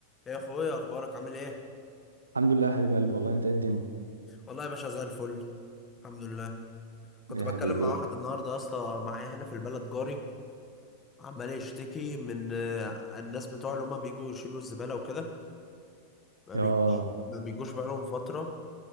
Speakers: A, on the left; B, on the right.
A: يا اخويا اخبارك عامل ايه
B: الحمد لله يا حبيب قلبي والله انت ايه الدنيا
A: والله يا باشا زي الفل الحمد لله كنت
B: يا
A: بتكلم
B: حبيبي
A: مع واحد النهارده يا اسطى معايا هنا في البلد جاري عمال يشتكي من آه، الناس بتوع اللي هما بيجوا يشيلوا الزباله وكده ما
B: اه
A: بيجوش ما بيجوش بقالهم فتره